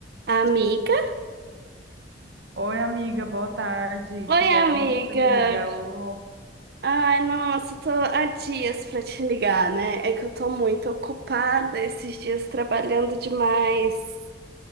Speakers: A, on the right; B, on the right.
A: Amiga?
B: Oi, amiga, boa tarde.
A: Oi,
B: Que bom
A: amiga.
B: que você me ligou.
A: Ai, nossa, tô há dias pra te ligar, né? É que eu tô muito ocupada esses dias trabalhando demais.